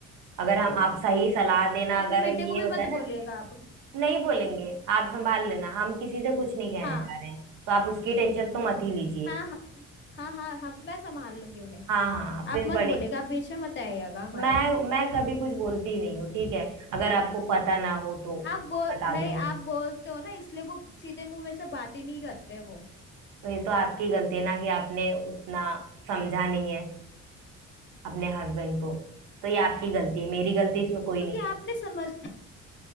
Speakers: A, on the right; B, on the left.
A: अगर हम आप सही सलाह देना
B: तो अपने
A: अगर
B: बेटे
A: ये
B: को भी
A: होता
B: मत
A: है
B: बोलिएगा
A: ना
B: आप
A: नहीं बोलेंगे आप संभाल लेना हम किसी से कुछ नहीं कहने
B: हाँ
A: जा रहे हैं तो आप उसकी टेंशन तो मत ही लीजिए
B: हाँ हाँ हाँ हाँ हम मैं संभाल लूंगी उन्हें
A: हाँ हाँ हाँ,
B: आप
A: फिर
B: मत
A: बड़े
B: बोलिएगा आप बीच में मत आइएगा हमारे
A: मैं मैं कभी कुछ बोलती ही नहीं हूँ ठीक है अगर आपको पता ना हो तो
B: आप बोल
A: बता
B: नहीं
A: दूं मैं
B: आप बोलते हो ना इसलिए वो सीधे मुंह में से बात ही नहीं करते वो
A: तो ये तो आपकी गलती है ना कि आपने उतना समझा नहीं है अपने हस्बैंड को तो ये आपकी गलती है मेरी गलती इसमें कोई
B: क्योंकि
A: नहीं है
B: आपने समझ